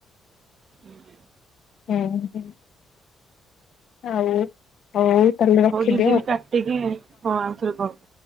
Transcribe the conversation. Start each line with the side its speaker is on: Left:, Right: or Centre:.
Right: ହୁଁ <inaudible>
Left: ହୁଁ ହୁ। ଆଉ। ହଉ ତାହେଲେ ରଖିଦିଅ।
Right: ହଉ ଦି ଦିନ କାଟିକି ହଁ ଆଉଥରେ କର।